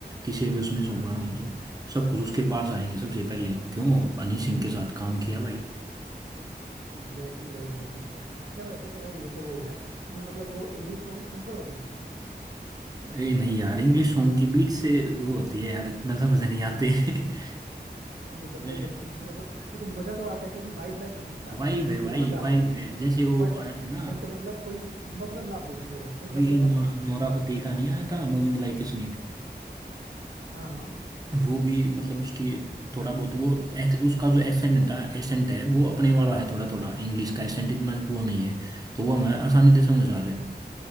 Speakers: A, on the right (about 20°); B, on the right (about 80°).
A: किसी भी उसमें सॉन्ग
B: हाँ
A: आना
B: हाँ
A: हो जो सब कुछ उसके पास आएंगे सबसे पहले क्यों हनी सिंह के साथ काम किया भाई
B: एग्जैक्टली भाई हनी सिंह के साथ अच्छा वैसे तो खैर ये तो हो गया तुम्हें मतलब वो इंग्लिश सॉन्ग सुनते हो तुम
A: ए नहीं यार इंग्लिश सॉन्ग की बीट से वो होती है यार इतना समझ नहीं आते <laughs>
B: देखो
A: मैं
B: सही बताओ ना तो मतलब देखो मजा तो आता है क्योंकि वाइब मैच होती है ना
A: वाइब है भाई
B: तो मजा
A: वाइब
B: आता है
A: है जैसे वो
B: बट
A: आया था ना
B: बट मतलब कोई मतलब ना पूछ ले भाई कोई
A: अभी
B: मतलब
A: नौ,
B: मत पूछना
A: नोरा
B: उसका मुझसे
A: फतेही का नहीं आया था मूविंग लाइक ए स्नेक
B: हाँ हाँ
A: वो भी मतलब उसकी थोड़ा बहुत वो ex- उसका जो एक्सेंट है एसेंट है वो अपने वाला है थोड़ा थोड़ा इंग्लिश का एसेंट इतना वो नहीं है तो वो हमें आसानी से
B: अच्छा
A: समझ आ जाए